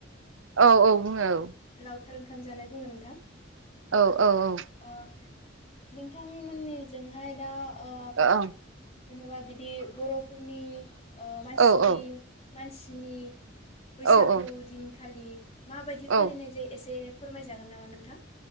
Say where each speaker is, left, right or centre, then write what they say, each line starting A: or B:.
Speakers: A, on the right (about 75°); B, on the left (about 30°).
A: औ औ बुङो औ।
B: लावखार ओंखाम जानाय बुङो नोंथां।
A: औ औ औ।
B: ओ नोंथांमोननिजोंहाय दा ओ
A: अ ओं।
B: जेनेबा बिदि बर' खुरमि मासि
A: औ औ
B: मानसिनि फैसागु
A: औ औ
B: दिन खालि मा बायदि
A: औ
B: फालिनाय जायो एसे फोरमायजागोन नामा नोंथां?